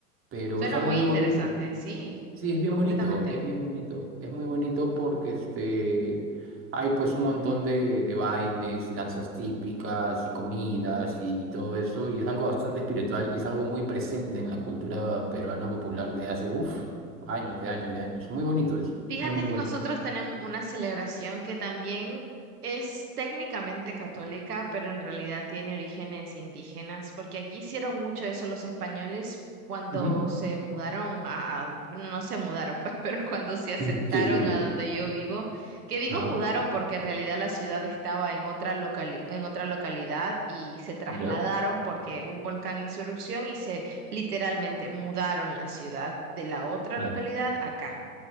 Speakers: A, on the right (about 25°); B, on the right (about 70°).
A: Pero
B: Suena
A: es algo
B: muy
A: muy
B: interesante,
A: bonito.
B: sí,
A: Sí, es bien
B: completamente.
A: bonito, es bien bonito. Es muy bonito porque este, hay pues un montón de, de bailes y danzas típicas y comidas y todo eso. Y es algo bastante espiritual y es algo muy presente en la cultura peruana popular de hace, uff, años, de años, de años. Muy bonito es,
B: Fíjate
A: muy, muy
B: que
A: bonito.
B: nosotros tenemos una celebración que también es técnicamente católica, pero en realidad tiene orígenes indígenas, porque aquí hicieron mucho eso los españoles cuando
A: Ujú. <laughs>
B: se mudaron a, a- bueno, no se mudaron, pues, <laughs> pero cuando se asentaron
A: Mm, Sí, sí, sí.
B: a donde yo vivo, que digo
A: Ajá,
B: mudaron porque en realidad la ciudad estaba en otra locali- en otra localidad y se trasladaron
A: ya.
B: porque un volcán hizo erupción y se literalmente mudaron la ciudad de la otra
A: Claro.
B: localidad acá.